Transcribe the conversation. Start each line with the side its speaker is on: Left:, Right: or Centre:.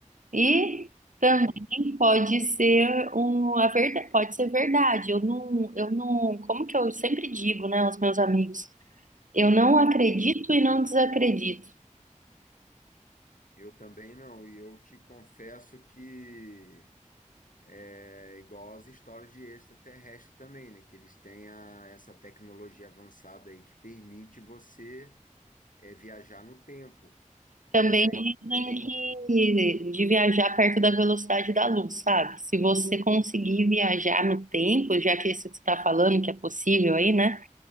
Right: E também
Left: Tem.
Right: pode ser um, a verdade, pode ser verdade. Eu não, eu não, como que eu sempre digo, né, aos meus amigos? Eu não acredito e não desacredito.
Left: Eu também não, e eu te confesso que É igual as histórias de extraterrestre também, né? Que eles têm a- essa tecnologia avançada aí que permite você é, viajar no tempo.
Right: Também
Left: E aí
Right: dizem
Left: também,
Right: que de viajar perto da velocidade da luz, sabe? Se você conseguir viajar no tempo, já que isso que você está falando, que é possível aí, né?